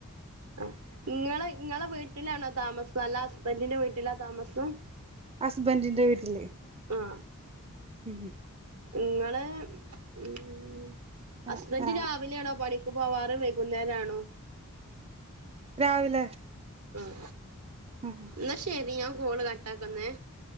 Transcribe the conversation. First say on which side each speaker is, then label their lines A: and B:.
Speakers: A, on the right; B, on the right.
A: ആ ഇങ്ങള് ഇങ്ങളെ വീട്ടിലാണോ താമസം അല്ല ഹസ്ബന്റ് റ്റിന്റെ വീട്ടിലാ താമസം
B: ഹസ്ബന്റിന്റെ വീട്ടില്
A: ആ
B: ഉ ഹും
A: നിങ്ങളെ ഉം ഹസ്ബന്റ്
B: ആഹ് ആഹ്
A: രാവിലെ ആണോ പണി ക്ക് പോവാറ് വൈകുന്നേര ആണോ
B: രാവിലെ
A: ഉം
B: ആഹ്
A: എന്ന ശരി ഞാ കോള് കട്ടാക്കുന്നേ